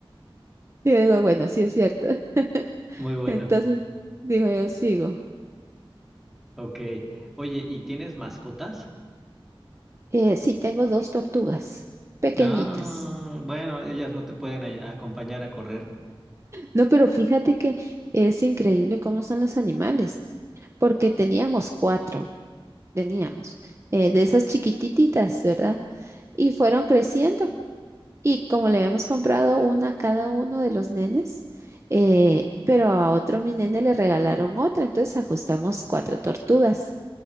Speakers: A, on the right; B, in the centre.
A: Y yo digo, bueno, sí es cierto. <laughs>
B: Muy bueno.
A: Entonces, digo yo, sigo.
B: Ok. Oye, ¿y tienes mascotas?
A: Eh, sí, tengo dos tortugas pequeñitas.
B: Ah, bueno, ellas no te pueden ay- acompañar a correr.
A: No, pero fíjate que es increíble cómo son los animales, porque teníamos cuatro, teníamos, eh, de esas chiquititas, ¿verdad? Y fueron creciendo. Y como le habíamos comprado una a cada uno de los nenes, eh, pero a otro mi nene le regalaron otra, entonces ajustamos cuatro tortugas.